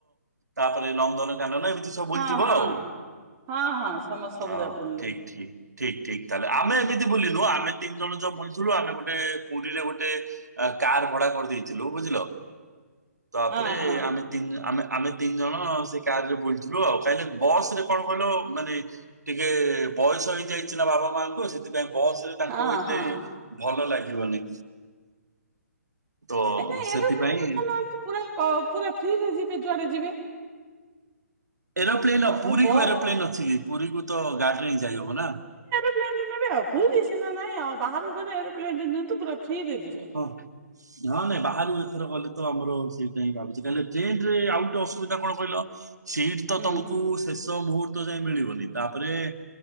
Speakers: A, on the right (about 85°); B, on the right (about 25°).
A: ତାପରେ ଲନ୍ଦନ ଯାନନା ଏମିତି ସବୁ ବୁଲଥିବ
B: ହଁ ହଁ
A: ଆଉ
B: ହଁ ହଁ ସମସ୍ତେ ସବୁ
A: ହଁ
B: ଯାକ ବୁଲିଲୁ
A: ଠିକ୍ ଠିକ୍। ଠିକ ଠିକ ତାହେଲେ ଆମେ ଏମିତି ବୁଲିନୁ ଆମେ ତିନି ଜଣ ଯୋଉ ବୁଲିଥିଲୁ ଆମେ ଗୋଟେ ପୁରୀରେ ଗୋଟେ କାର ଭଡା କରିଦେଇଥିଲୁ ବୁଝିଲ ତାପରେ
B: ହଁ ହଁ
A: ଆମେ ତି ଆମେ ଆମେ ତିନି ଜଣ ସେ କାରରେ ବୁଲଥିଲୁ ଆଉ କାଇଁ ନା ବସ ରେ କଣ କହିଲ ମାନେ ଟିକେ ବୟସ ହେଇ ଯାଇଛି ନା ବାପା ମାଙ୍କୁ ସେଥିପାଇଁ ବସରେ ତାଙ୍କୁ
B: ହଁ
A: ଏତେ
B: ହଁ
A: ଭଲ ଲାଗିବନି। ତ
B: ଏ ନାଇଁ
A: ସେଥିପାଇଁ
B: ଏରୋପ୍ଲେନ କରୁନାହାନ୍ତି ପୁରା କ ପୁରା ଫ୍ରିରେ ଯିବେ ଯୁଆଡେ ଯିବେ।
A: ଏରୋପ୍ଲେନ
B: ଆପଣ
A: ପୁରୀକୁ
B: ବସ୍
A: ଏରୋପ୍ଲେନ୍ ଅଛି କି ପୁରୀକୁ ତ ଗାଡିରେ ହିଁ ଯାଇହବ ନା।
B: ଏରୋପ୍ଲେନ ନେବେ ଆ ପୁରୀ ସିନା ନାହିଁ ଆଉ ବାହାରକୁ ଗଲେ ଏରୋପ୍ଲେନ ନିଅନ୍ତୁ ପୁରା ଫ୍ରିରେ ଯିବେ
A: ହଁ। ନହେଲେ ବାହାରୁ ଏଥର ଗଲେ ତ ଆମର ସେଇଟା ହିଁ ଭାବୁଛି କାଁକି ଟ୍ରେନ ରେ ଆଉ ଗଟେ ଅସୁବିଧା କଣ କହିଲ ସିଟ ତ
B: ହୁଁ
A: ତମକୁ ଶେଷ ମୁହୂର୍ତ୍ତ ଯାଇ ମିଳିବନି ତାପରେ